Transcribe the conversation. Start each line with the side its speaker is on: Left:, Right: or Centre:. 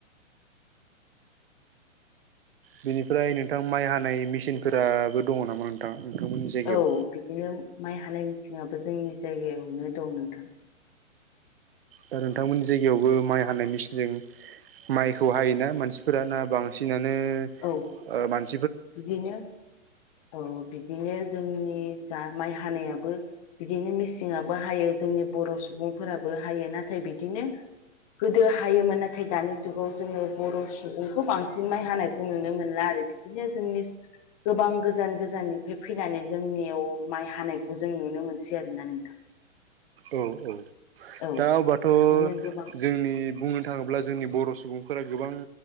Right: बेनिफ्राय नोंथां माइ हानाय मेसिनफोराबो दंङ नामा नोंथां नोंथांमोननि जायगायाव
Left: औ बिदिनो माइ हानायमिसिंङाबो जोंनि जायगायावनो दं नोंथां
Right: दा नोंथांमोननि जायगायावबो माइ हानाय मेसिनजों माइखौ हायोना मानसिफोरा ना बांसिनानो
Left: औ
Right: बांसिनानो ओ मानसि
Left: बिदिनो औ बिदिनो जोंनि जा माइ हानायाबो बिदिनो मिसिंआबो हायो जोंनि बर' सुबुंफोराबो हायो नाथाय बिदिनो गोदो हायोमोन नाथाय दानि जुगाव जोङो बर' सुबुंखौ बांसिन माइ हानायखौ नुनो मोनला आरो बिदिनो जोंनि गोबां गोजान गोजाननिफ्राय फैनानै जोंनियाव माइ हानायखौ जों नुनो मोनसै आरोना नोंथां
Right: औ औ
Left: औ
Right: दा अब्लाथ'
Left: बिदिनो गोबां
Right: जोंनि बुंनो दा अब्ला जोंनि बर' सुबुंफोरा गोबां